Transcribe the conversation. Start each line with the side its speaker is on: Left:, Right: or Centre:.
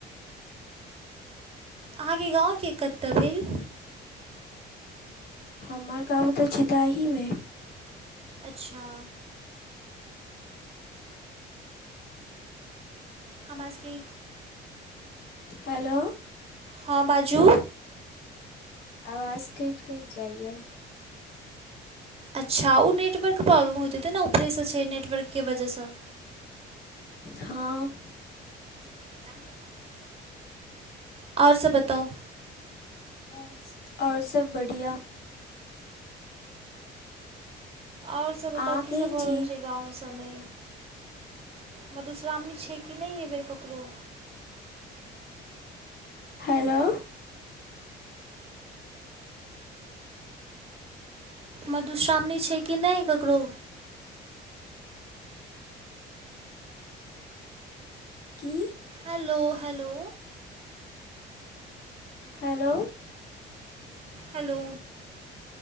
Right: अहाँकेे गाँवके कत्त भेल।
Left: हमर गांव त छताहीमे।
Right: अच्छा। हमरा सबके।
Left: हेलो।
Right: हँ बाजू।
Left: आवाज कइट- कइट जाइए।
Right: अच्छा उ नेटवर्क प्रॉब्लम होइत हेतै ने उपरे से छैय नेटवर्कके वजह स।
Left: हँ।
Right: <unintelligible> और सभ बताउ।
Left: औ-र और सब बढ़ियाँ।
Right: और सब बताउ
Left: अहाँ
Right: की
Left: केहन
Right: सब भऽ
Left: छी
Right: रहल छैय गाँव सबमे। मधुश्रामणी छैय कि नै एय बेेर ककरो।
Left: हेलो।
Right: मधुश्रामणी छैय कि नै ककरो।
Left: की?
Right: Hello- hello.
Left: हेलो।
Right: हेलो।